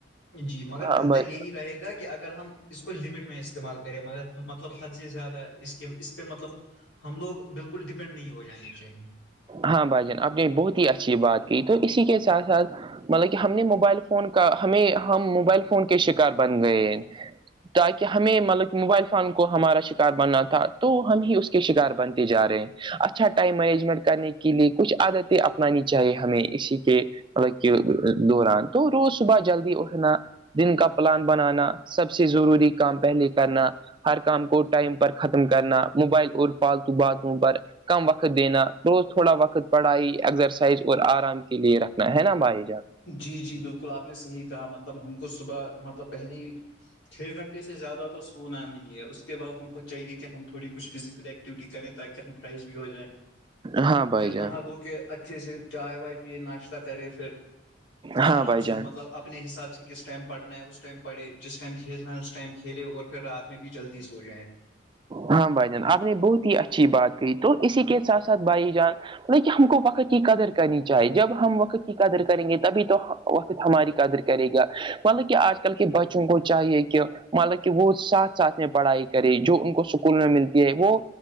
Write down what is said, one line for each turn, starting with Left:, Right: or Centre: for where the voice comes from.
Left: جی مگر
Right: ہاں
Left: بہتر
Right: بھائی
Left: یہی رہے گا کہ اگر ہم اس کو لمٹ میں استعمال کریں مگر مطلب حد سے زیادہ اس کے اس پے مطلب ہم لوگ بالکل ڈیپینڈ نہیں ہو جانے چاہیے
Right: ہاں بھائی جان آپ نے بہت ہی اچھی بات کی تو اسی کے ساتھ ساتھ مطلب کی ہم نے موبائل فون کا ہمیں ہم موبائل فون کے شکار بن گئے ہیں تاکہ ہمیں مطلب کہ موبائل فون کو ہمارا شکار بننا تھا تو ہم ہی اس کے شکار بنتے جا رہے ہیں اچھا ٹائم مینجمنٹ کرنے کے لیے کچھ عادتیں اپنانی چاہیے ہمیں اسی کے مطلب کہ دوران تو روز صبح جلدی اٹھنا دن کا پلان بنانا سب سے ضروری کام پہلے کرنا ہر کام کو ٹائم پر ختم کرنا موبائل اور فالتو باتوں پر کم وقت دینا روز تھوڑا وقت پڑھائی ایکزرسائز اور آرام کے لیے رکھنا ہے نا بھائی جان
Left: جی جی بالکل آپ نے صحیح کہا مطلب ہم کو صبح مطلب پہلی چھے گھنٹے سے زیادہ تو سونا نہیں ہے اس کے بعد ہم کو چاہیے کی ہم تھوڑی کچھ فزیکل ایکٹیویٹی کریں تاکہ ہم فریش بھی ہو جائیں
Right: ہاں
Left: پھر
Right: بھائی جان
Left: نہا دھو کے اچھے سے چائے وائے پیے ناشتہ کرے فیر
Right: ہاں
Left: آرام
Right: بھائی
Left: سے
Right: جان
Left: مطلب اپنے حساب سے کس ٹائم پڑھنا ہے اس ٹائم پڑھے جس ٹائم کھیلنا ہے اس ٹائم کھیلے اور پھر رات میں بھی جلدی سو جائیں
Right: ہاں بھائی جان آپ نے بہت ہی اچھی بات کہی تو اسی کے ساتھ ساتھ بھائی جان ملب کی ہم کو وقت کی قدر کرنی چاہیے جب ہم وقت کی قدر کریں گے تبھی تو وقت ہماری قدر کرے گا مطلب کی آج کل کے بچوں کو چاہیے کی مطلب کہ وہ ساتھ ساتھ میں پڑھائے کرے جو ان کو سکول میں ملتی ہے وہ